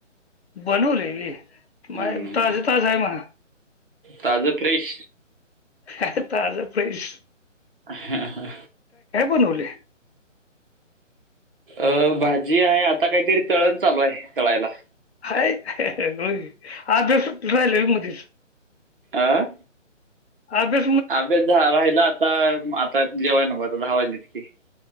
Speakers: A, on the left; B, on the right.
A: बनवलंय व्हय
B: हम्म.
A: मग ताज ताज आहे मणा..
B: ताजं फ्रेश
A: ह ताजा फेश
B: हा हा.
A: बनवले
B: अ भाजी आहे आता काहीतरी तळण चालू आहे तळायला.
A: हाय होय आज काय सुट्टी राहिल काय मध्येच
B: आं
A: अभि
B: अभ्यास झालाय ना आता, आता जेवायला नको आता दहा वाजले की.